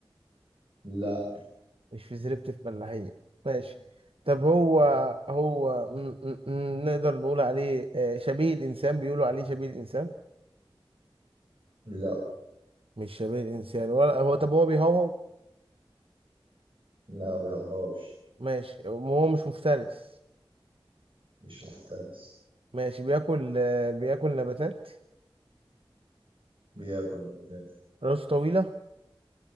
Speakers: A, on the right (about 65°); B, on the right (about 80°).
A: لا
B: مش في زريبة الفلاحين ماشي طب هو هو مم، مم، مم، نقدر نقول عليه آه شبيه الإنسان بيقولوا عليه شبيه الإنسان
A: لا
B: مش شبيه الإنسان ولا هو طب هو بيهوهو
A: لا بيهرهاش
B: ماشي هو مش مفترس
A: مش مفترس
B: ماشي بياكل آه بياكل نباتات
A: بياكل نباتات
B: راسه طويلة